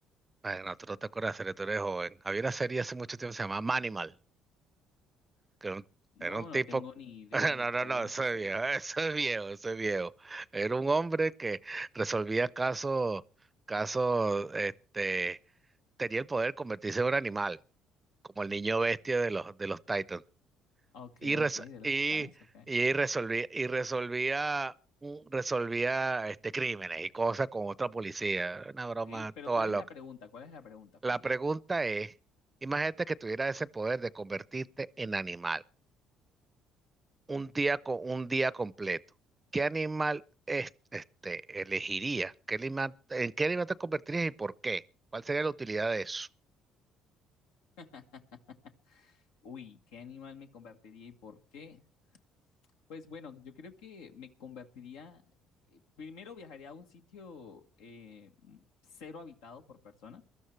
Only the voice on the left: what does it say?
No,
no
tengo ni idea
de
cuál
es
esa serie.
Ok,
ok, de los
Titanes, ok.
Ok, pero
¿cuál es
la pregunta? ¿Cuál es la pregunta? Cuenta.
<laughs> Uy, ¿qué animal me convertiría y por qué? Pues bueno, yo creo que me convertiría, eh, primero viajaría a un sitio eh, m- cero habitado por personas,